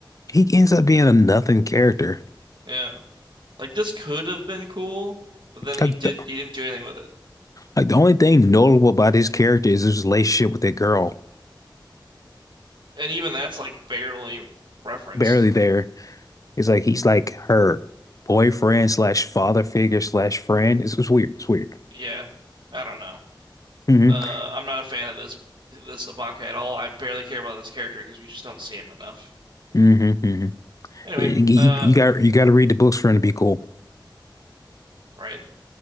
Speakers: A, on the left; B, on the right.
A: he ends up being a nothing character.
B: Yeah. Like this could have been cool, but then he
A: Like
B: did
A: the
B: he didn't do anything with it.
A: like the only thing notable about his character is his relationship with that girl.
B: And even that's like barely referenced.
A: barely there. It's like he's like her boyfriend slash father figure slash friend. It's, it's weird. It's weird.
B: Yeah. I don't know.
A: hmm
B: Uh, I'm not a fan of this this Ibaka at all. I barely care about this character because we just don't see him enough.
A: hmm hmm
B: Anyway,
A: You,
B: uh,
A: you got you got to read the books for him to be cool.
B: right.